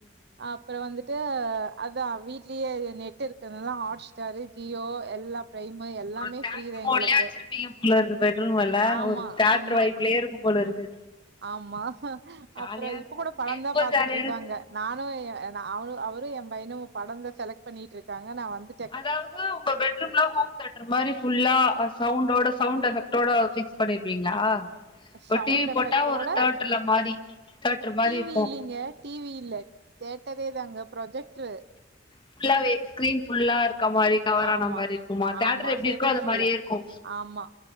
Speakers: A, on the right; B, on the left.
A: அப்பறோ வந்துட்டு ட்டு அதா வீட்லயே நெட்டு இருக்குறதுனால ஹாட்ஸ் ஸ்டாரு ஜியோ எல்லாப் ப்ரைமு எல்லாமே
B: ஒரு தேட்டர்
A: ஃப்ரீதா
B: மோட்லயே
A: எங்களுக்கு
B: வச்சிருப்பிங்க போல இருக்கு பெட்ரூம் மேல
A: ஆமா
B: ஒரு தேட்டரு
A: ஆமா
B: வைப்புலயே இருக்கும் போல இருக்கு
A: ஆமா
B: ஜாலியா
A: அப்பறோ
B: இருக்கும்
A: இப்ப கூட
B: அது
A: படந்தா
B: கேட்கும் போது
A: பாத்துட்ருக்காங்க
B: ஜாலியா இருக்கு
A: நானு ஏ நா அவளு அவரு ஏ பையனு படந்தா செலக்ட் பண்ணிகிட்ருக்காங்க நா வந்துட்
B: அதாவது உங்க பெட்ரூம்ல ஹோம் தேட்டரு மாரி ஃபுல்லா சவுண்டோட சவுண்ட் எபெக்டோட பிக்ஸ் பண்ணிருப்பீங்களா இப்ப
A: சவுண்ட்
B: டிவி
A: எஃபெக்ட்டோட
B: போட்டா ஒரு தேட்டுர்ல மாறி தேட்ரு மாரி
A: டி
B: இருக்கு
A: வி இல்லைங்க டி வி இல்ல தேட்டரே தாங்க ப்ரொஜெக்ட்ரு
B: ஃபுல்லாவே ஸ்கிரீன் ஃபுல்லா இருக்க மாரி கவர
A: ஆமா
B: ஆன மாரி இருக்குமா தேட்டரு
A: ஆமா
B: எப்டி
A: செவுரு
B: இருக்கோ அது
A: ஃபுல்லு
B: மாரியே இருக்கு
A: ஆமா